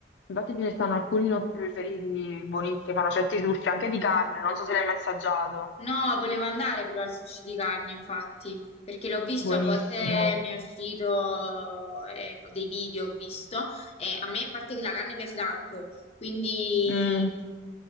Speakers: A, on the left; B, on the left.
A: Infatti ce ne stanno alcuni nostri preferiti, buonissimi, fanno certi sushi, anche di carne, non so se l'hai mai assaggiato.
B: No, volevo andare però al sushi di carne, infatti, perché l'ho visto,
A: Buonissimo.
B: a volte mi è uscito eh, dei video, ho visto, e a me, a parte che la carne piace tanto, quindi
A: Mm.